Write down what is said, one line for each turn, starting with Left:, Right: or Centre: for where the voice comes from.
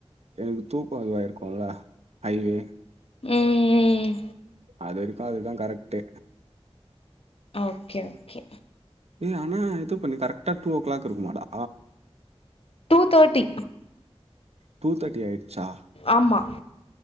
Right: எனக்கு தூக்கோ இதுவாயிருக்குல அய் வே
Left: ம்
Right: அது வரைக்கு அதுதா கரெக்ட்டு
Left: ஓகே ஓகே
Right: இல்ல ஆனா இது பண்ணி கரெக்டா டூ ஓ கிளாக் இருக்குமாடா
Left: டூ தேட்டி
Right: டூ தேர்டி ஆயிருச்சா
Left: ஆமா